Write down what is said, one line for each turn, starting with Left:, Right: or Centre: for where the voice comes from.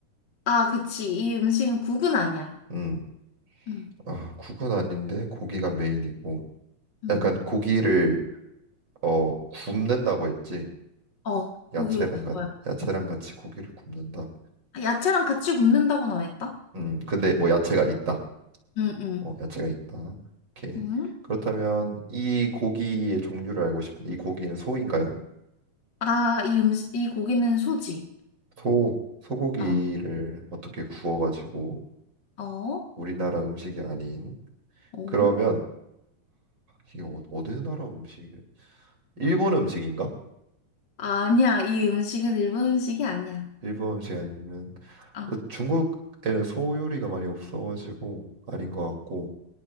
Left: 아, 그치. 이 음식은 국은 아니야.
Right: 음,
Left: 응,
Right: 아, 국은 아닌데 고기가 메인이고.
Left: 응.
Right: 약간 고기를 어 굽는다고 했지.
Left: 어, 고기를
Right: 야채랑
Left: 구워야
Right: 같 야채랑 같이 고기를 굽는다.
Left: 아, 야채랑 같이 굽는다고나 했다?
Right: 음, 근데 뭐 야채가 있다.
Left: 응, 응.
Right: 어, 야채가 있다. 오케이.
Left: 응?
Right: 그렇다면 이 고기의 종류를 알고 싶은데 이 고기는 소인가요?
Left: 아, 이 음식, 이 고기는 소지.
Right: 소, 소고기를
Left: 어,
Right: 어떻게 구워가지고
Left: 어,
Right: 우리나라 음식이 아닌
Left: 어.
Right: 그러면 이게 어, 어느 나라 음식이? 일본 음식인가?
Left: 아니야, 이 음식은 일본 음식이 아니야.
Right: 일본 음식 아니면
Left: 어,
Right: 중국에는 소 요리가 많이 없어가지고 아닌 것 같고